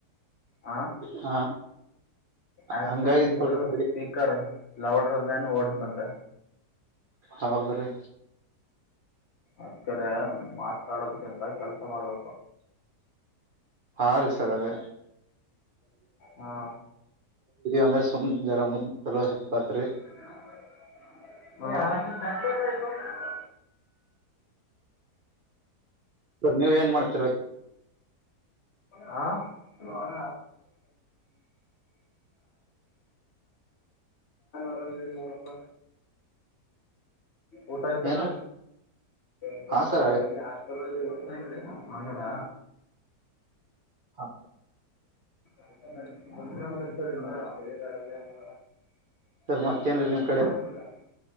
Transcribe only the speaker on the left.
ಹ
ಆಕ್ಷನ್
ಈಸ್.
ಸ್ಪೀಕರ್ ಲೌಡರ್ ಓಡ್ಸ್ ಅಂತ.
ಆಕಡೆ ಮಾತಾಡೋದಕ್ಕಿಂತ ಕೆಲ್ಸ ಮಾಡ್ಬೇಕು.
ಹಾ
ಹ
ಹಾ ನಾನ ಅರಂದಿದ್ದೀನಿ ನೋಡಪ್ಪ. ಊಟ ಆಯ್ತಲ್ಲಾ.
ಇಲ್ಲ
ಪ ಇಲ್ಲಿ ಹಾಸ್ಪೆಲ್ಲಿ ಓದ್ತಾ ಇದದೆ ಆಂಗಲ್ಲ.
<unintelligible> <unintelligible>